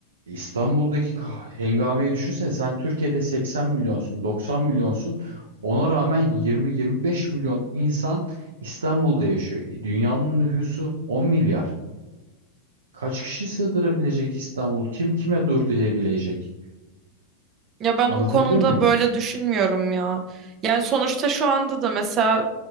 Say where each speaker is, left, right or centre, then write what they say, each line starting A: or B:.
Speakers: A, on the right; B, on the right.
A: İstanbul'daki ka- hengameyi düşünsene sen Türkiye'de 80 milyonsun, 90 milyonsun. Ona rağmen 20-25 milyon insan İstanbul'da yaşıyor. E, Dünyanın nüfusu 10 milyar. Kaç kişi sığdırabilecek İstanbul? Kim kime dur diyebilecek?
B: Ya ben
A: Anlatabiliyor
B: o konuda
A: muyum?
B: böyle düşünmüyorum ya. Yani sonuçta şu anda da mesela